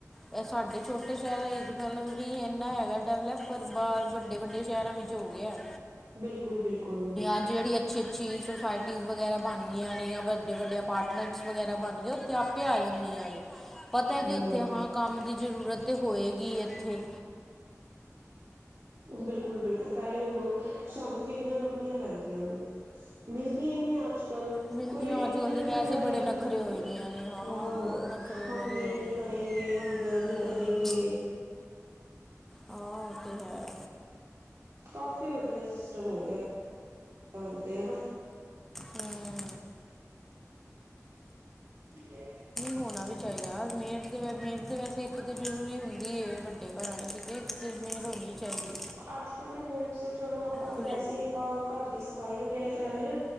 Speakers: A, in the centre; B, on the right.
A: ਇਹ ਸਾਡੇ ਛੋਟੇ ਸ਼ਹਿਰਾਂ ਮਤਲਬ ਨੀ ਇੰਨਾ ਹੈਗਾ ਡਿਵੈਲਪ ਪਰ ਬਾਰ ਵੱਡੇ, ਵੱਡੇ ਸ਼ਹਿਰਾਂ ਵਿੱਚ ਹੋ ਗਿਆ
B: ਬਿਲਕੁਲ ਬਿਲਕੁਲ
A: ਅੱਜ ਜਿਹੜੀ ਅੱਛੀ-ਅੱਛੀ ਸੁੋਸਾਇਟੀਜ਼ ਵਗੈਰਾ ਬਣ ਗਈਆਂ ਨੇ ਜਾਂ ਵੱਡੇ ਵੱਡੇ ਪਾਰਟ ਵਗੈਰਾ ਬਣ ਗਏ ਉੱਥੇ ਆਪੇ ਆ ਜਾਂਦੀਆਂ ਨੇ ਪਤਾ ਹੈ
B: ਹਮ
A: ਕਿ ਉੱਥੇ ਹਾਂ ਕੰਮ ਦੀ ਜਰੂਰਤ ਤੇ ਹੋ ਹੋਏਗੀ ਐਥੇ
B: ਬਿਲਕੁਲ, ਬਿਲਕੁਲ। ਪੈਲੇ ਹੁਨ ਓ ਸਾਨੂੰ ਕਿੰਨੀਆਂ ਲੱਬਨੀਆਂ ਪੈਂਦੀਆਂ ਨੇ, ਮਿਲਦੀਆਂ ਈ ਨੀ ਅੱਜਕੱਲ
A: ਮਿਲਦੀਆਂ
B: ਕੋਈ ਇੰਨੇ
A: ਅੱਜ ਕੱਲ੍ਹ
B: ਨਖਰੇ
A: ਦੇ ਵੈਸੇ
B: ਵਾਲੀਆਂ
A: ਬੜੇ
B: ਹੁੰਦੀਆਂ
A: ਨਖਰੇ
B: ਨੇ,
A: ਹੋਏ ਦੀਆਂ ਨੇ
B: ਹਾਂ
A: ਬਹੁਤ ਨਖਰੇ
B: ਹਮ
A: ਵਾਲੀ
B: ਯੇ
A: ਹੋ ਗਈਆਂ
B: ਨੀ ਕਰੇਗੇ।
A: ਨੇ
B: ਹਮ ਵ
A: ਉਹ
B: ਨੀ ਕਰੇਗੇ।
A: ਨਹੀਂ ਹਾਂ ਉਹ ਤੇ ਹੈ
B: ਕਾਫੀ ਵਦੀਆ ਸਿਸਟਮ ਹੋ ਗਿਆ ਆਉਂਦੇ ਆ
A: ਹੂੰ ਉਹ
B: <unintelligible>
A: ਹੋਨਾ ਵੀ ਚਾਈਦਾ ਯਾਰ ਮੈਡ, ਮੈਡ ਤੇ ਵੈਸੇ ਇੱਕ ਤਾਂ ਜ਼ਰੂਰੀ ਹੁੰਦੀ ਏ ਵੱਡੇ ਘਰਾਂ 'ਇੰਚ ਤੇ ਮੇਡ ਹੋਣੀ ਚਾਹੀਦੀ
B: ਅੱਜ-ਕੱਲ ਤੇ ਮੇਡਸ ਚਲੋ ਆਪਾਂ ਤੇ
A: ਖੁੱਲੇ
B: ਵੈਸੇ ਈ ਅਪਾਂ ਘਰ ਦੀ ਸਫ਼ਾਈ ਵਗੈਰਾ ਕਰਾਉਂਦੇ ਹਾਂ